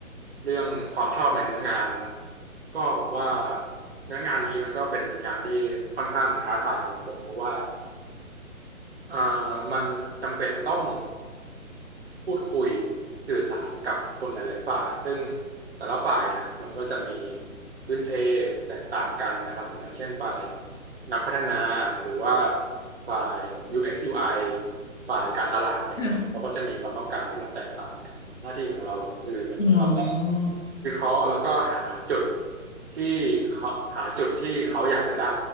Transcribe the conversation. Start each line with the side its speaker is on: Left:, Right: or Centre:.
Right: เรื่องความชอบในเนื้องานเนอะก็ผมว่าเนื้องานนี้มันก็เป็นงานที่ค่อนข้างท้าทายสำหรับผมเพราะว่าเอ่อมันจำเป็นต้อง พูดคุยสื่อสารกับคนหลายๆฝ่ายซึ่งแต่ละฝ่ายเนี่ยมันก็จะมีพื้นเพแตกต่างกันนะครับผมอย่างเช่นฝ่ายนักพัฒนาหรือว่าฝ่าย UX UI ฝ่ายการตลาดอย่างเงี้ยเราก็จะมีความต้องการที่มันแตกต่างกันหน้าที่ของเราก็คือมันเราต้อง
Left: ค่ะอืม
Right: วิเคราะห์แล้วก็หาจุดที่เขาหาจุดที่เขาอยากจะได้